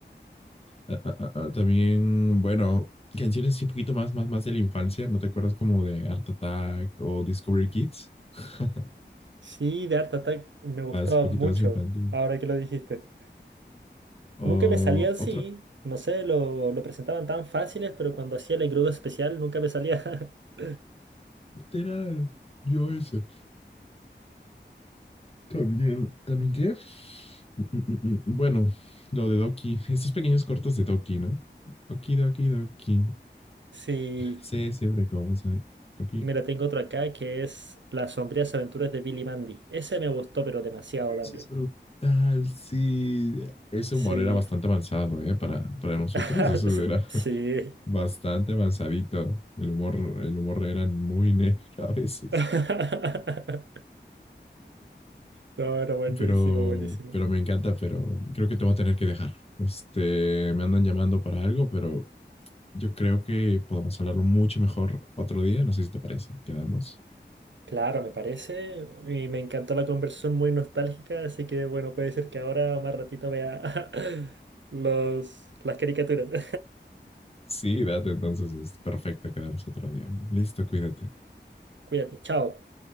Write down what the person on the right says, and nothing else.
Sí, de Art Attack me gustaba
mucho,
ahora que lo dijiste.
Nunca me salían, sí,
no sé, lo, lo presentaban tan fáciles, pero cuando hacía el engrudo especial nunca me salía. <laughs>
Sí,
mira, tengo otro acá que es Las sombrías aventuras de Billy Mandy. Ese me gustó, pero demasiado también.
Sí.
<laughs>
Sí.
<laughs> No, era buenísimo,
buenísimo.
Claro, me parece. Y me encantó la conversación muy nostálgica, así que bueno, puede ser que ahora o más ratito vea <laughs> los, las caricaturas. <laughs>
Cuídate, chao.